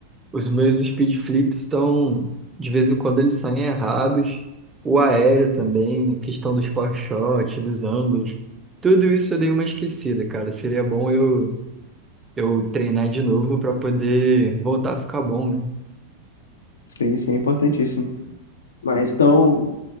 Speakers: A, on the right; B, on the left.
A: os meus speed flips estão. De vez em quando eles saem errados. O aéreo também, a questão dos power shots, dos ângulos. Tudo isso eu dei uma esquecida, cara. Seria bom eu, eu treinar de novo pra poder voltar a ficar bom, né?
B: Sim, sim, é importantíssimo. Mas, então,